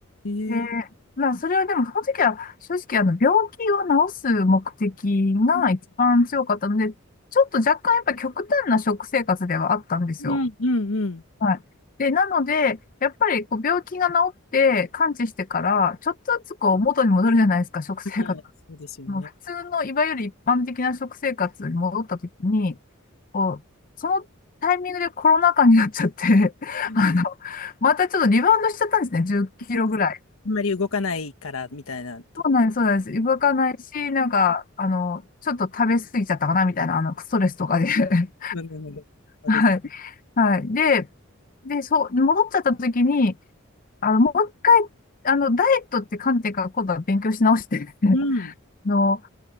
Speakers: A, on the left; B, on the left.
A: ええ
B: で、まあ、それはでも、その時は、正直、あの、病気を治す目的が一番強かったので、
A: うん
B: ちょっと若干、やっぱ極端な食生活ではあったんですよ。
A: うんうんうん。
B: はい。で、なので、やっぱり、こう、病気が治って、完治してから、ちょっとずつ、こう、元に戻るじゃないですか、食生活。
A: はい、そうですよね。
B: もう普通の、いわゆる一般的な食生活に戻った時に、こう、そのタイミングでコロナ禍になっちゃって、<laughs>
A: うん、
B: あの、またちょっとリバウンドしちゃったんですね、10キロぐらい。
A: そうか。あんまり動かないからみたいなとこ。
B: そうなんです、そうなんです。動かないし、なんか、
A: うん
B: あの、ちょっと食べ過ぎちゃったかな、みたいな、あの、ストレスとかで。<laughs>
A: うんうんうんそうです。
B: はい。はい。で、で、そう、戻っちゃった時に、あの、もう一回、あの、ダイエットって観点から今度は勉強し直して、
A: うん。
B: <laughs> あの、